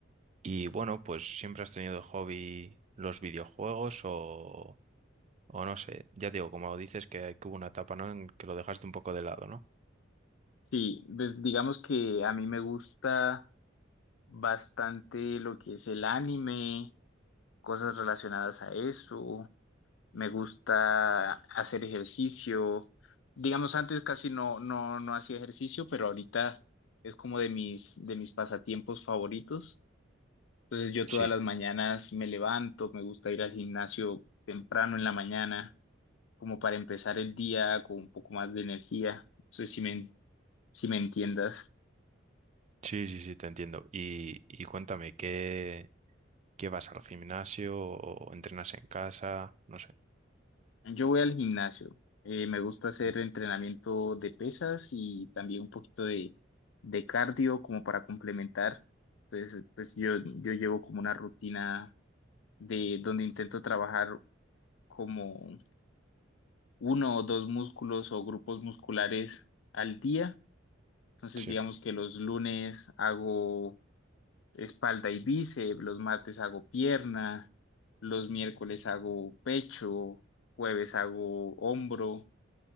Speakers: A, on the right (about 35°); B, on the left (about 70°).
A: y bueno, pues siempre has tenido de hobby los videojuegos o, o no sé, ya digo, como dices que, que hubo una etapa, ¿no? en que lo dejaste un poco de lado, ¿no?
B: Sí, pues digamos que a mí me gusta bastante lo que es el anime, cosas relacionadas a eso. me gusta hacer ejercicio. Digamos, antes casi no, no, no hacía ejercicio, pero ahorita es como de mis, de mis pasatiempos favoritos. Entonces yo
A: Sí,
B: todas las mañanas me levanto, me gusta ir al gimnasio temprano en la mañana, como para empezar el día con un poco más de energía. No sé si me, si me entiendas.
A: sí, sí, sí, te entiendo. Y, y cuéntame, ¿qué, qué vas al gimnasio o entrenas en casa? No sé.
B: Yo voy al gimnasio. Eh, me gusta hacer
A: Ujú.
B: entrenamiento de pesas y también un poquito de, de cardio como para complementar. Entonces, pues yo, yo llevo como una rutina de donde intento trabajar como uno o dos músculos o grupos musculares al día. Entonces,
A: Sí.
B: digamos que los lunes hago espalda y bíceps, los martes hago pierna, los miércoles hago pecho, jueves hago hombro.